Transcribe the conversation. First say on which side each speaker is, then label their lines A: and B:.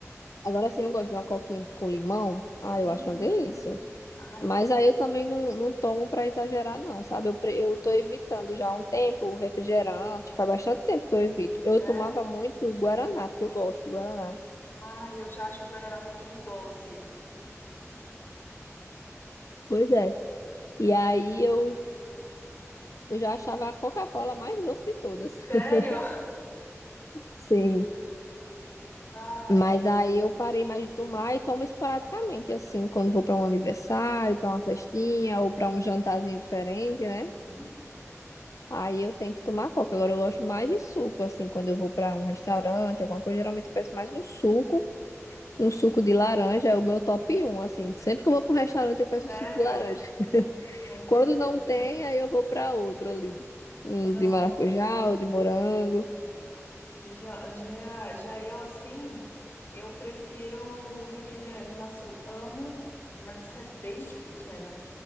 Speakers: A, on the left (about 80°); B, on the left (about 45°).
A: Agora sim, eu gosto de uma coquinha com limão. Ah,
B: Hum.
A: eu acho uma delícia.
B: Ai,
A: Mas
B: eu,
A: aí eu também não, não tomo para exagerar, não, sabe? Eu, pre- eu tô evitando já há um tempo o refrigerante. Faz bastante tempo que eu evito. Eu
B: é?
A: tomava muito o Guaraná, porque eu gosto de Guaraná.
B: Ai, eu já acho o Guaraná um pouquinho doce.
A: Pois é. E aí eu, eu já achava a Coca-Cola mais doce de todas. <laughs>
B: Sério?
A: Sim.
B: Ai,
A: Mas aí eu parei mais de tomar e tomo esporadicamente, assim, quando vou para um aniversário, para uma festinha ou para um jantarzinho diferente, né?
B: hum,
A: Aí eu tento tomar coca. Agora eu gosto mais de suco, assim, quando eu vou pra um restaurante, alguma coisa, geralmente eu peço mais um suco. Um suco de laranja é o meu top 1, assim. Sempre que eu vou pra um restaurante, eu peço
B: sério?
A: um suco de laranja. <laughs>
B: Não acredito.
A: Quando não tem, aí eu vou pra outro ali. Um
B: Nossa.
A: de maracujá ou de morango.
B: Já, já, já eu assim, eu prefiro refrigerante. Nossa, eu amo, mas isso é desde pequena.